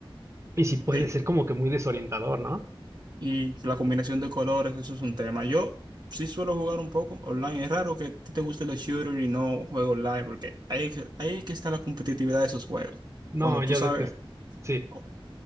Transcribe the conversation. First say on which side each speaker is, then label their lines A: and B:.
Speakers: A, on the right; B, on the right.
A: Y sí puede
B: Sí,
A: ser como que muy desorientador, ¿no?
B: y la combinación de colores, eso es un tema. Yo sí suelo jugar un poco online. Es raro que a ti te gusten los shooters y no juego online, porque ahí es que, ahí es que está la competitividad de esos juegos.
A: No,
B: Cuando tú
A: yo
B: sabes,
A: detesto. Sí,
B: o